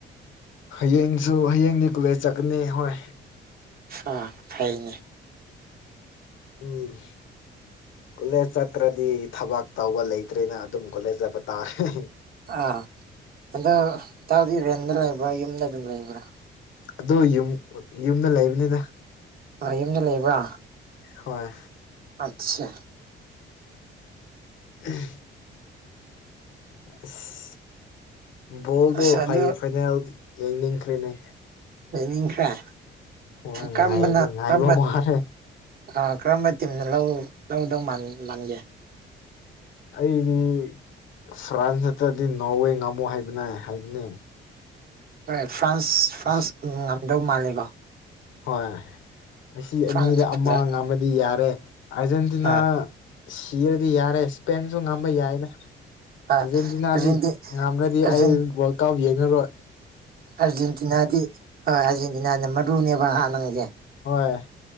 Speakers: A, on the left (about 75°); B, on the right (about 50°).
A: ꯍꯌꯦꯡꯁꯨ ꯍꯌꯦꯡꯗꯤ ꯀꯣꯂꯦꯖ ꯆꯠꯀꯅꯤ ꯍꯣꯏ
B: ꯑ ꯊꯥꯏꯅꯦ
A: ꯎꯝ ꯀꯣꯂꯦꯖ ꯆꯠꯇ꯭ꯔꯗꯤ ꯊꯕꯛ ꯇꯧꯕ ꯂꯩꯇ꯭ꯔꯦꯅ ꯑꯗꯨꯝ ꯀꯣꯂꯦꯖ ꯆꯠꯄ ꯇꯥꯔꯦ
B: ꯑꯥ ꯑꯗ ꯇꯥꯎꯗꯤ ꯔꯦꯟꯗ ꯂꯩꯕ꯭ꯔꯥ ꯌꯨꯝꯗ ꯑꯗꯨꯝ ꯂꯩꯕ꯭ꯔꯥ
A: ꯑꯗꯨ ꯌꯨꯝ ꯌꯨꯝꯗ ꯂꯩꯕꯅꯤꯗ
B: ꯌꯨꯝꯗ ꯂꯩꯕ꯭ꯔꯥ
A: ꯍꯣꯏ
B: ꯑꯠꯆꯥ
A: ꯎꯝ ꯑꯁ ꯕꯣꯜꯗꯣ
B: ꯑꯁ
A: ꯐꯥꯏꯅꯦꯜ
B: ꯑꯗꯨ
A: ꯌꯦꯡꯅꯤꯡꯈ꯭ꯔꯦꯅꯦ
B: ꯂꯩꯅꯤꯡ ꯈ꯭ꯔ‌ꯦ
A: ꯍꯣꯏ
B: ꯀꯝꯕꯅꯝꯕ
A: ꯉꯥꯏꯅꯤ ꯉꯥꯏꯕ ꯋꯥꯔꯦ
B: ꯑ ꯀꯔꯝꯕ ꯇꯤꯝꯅ ꯂꯧ ꯂꯧꯒꯗꯧ ꯃꯥꯟꯒꯦ
A: ꯑꯩꯗꯤ ꯐ꯭ꯔꯥꯟꯁ ꯅꯠꯇ꯭ꯔꯗꯤ ꯅꯣꯔꯋꯦ ꯉꯝꯃꯣ ꯍꯥꯏꯕꯅ ꯍꯥꯏꯕꯅꯦ
B: ꯍꯣꯏ ꯐ꯭ꯔꯥꯟꯁ ꯐꯔ꯭ꯥꯟꯁ
A: ꯑꯁꯤ
B: ꯉꯝꯗꯧ ꯃꯥꯜꯂꯤꯀꯣ
A: ꯍꯣꯏ ꯑꯁꯤ
B: ꯐ꯭ꯔꯥꯟꯁ
A: ꯑꯅꯤꯗ ꯑꯃ
B: ꯐꯖ
A: ꯉꯝꯃꯕꯗꯤ ꯌꯥꯔꯦ ꯑꯥꯔꯖꯦꯟꯇꯤꯅꯥ
B: ꯑ
A: ꯁꯤꯔꯗꯤ ꯌꯥꯔꯦ ꯄꯦꯟꯁꯨ ꯉꯥꯝꯕ ꯌꯥꯏꯅ
B: ꯑ
A: ꯑꯥꯔꯖꯦꯟꯇꯤꯅꯥꯗꯤ
B: ꯑꯔꯖꯦꯟꯇꯤ
A: ꯉꯝꯃꯗꯤ
B: ꯑꯔꯖꯦꯟ
A: ꯑꯩ ꯒ‌ꯣꯜ ꯀꯥꯞ ꯌꯦꯡꯅꯔꯣꯏ
B: ꯑꯥꯔꯖꯦꯟꯇꯤꯅꯥꯗꯤ ꯍꯣꯏ ꯑꯥꯔꯖꯦꯟꯇꯤꯅꯥꯅ ꯃꯔꯨꯅꯦꯕ ꯍꯥꯟꯅꯉꯩꯁꯦ
A: ꯍꯣꯏ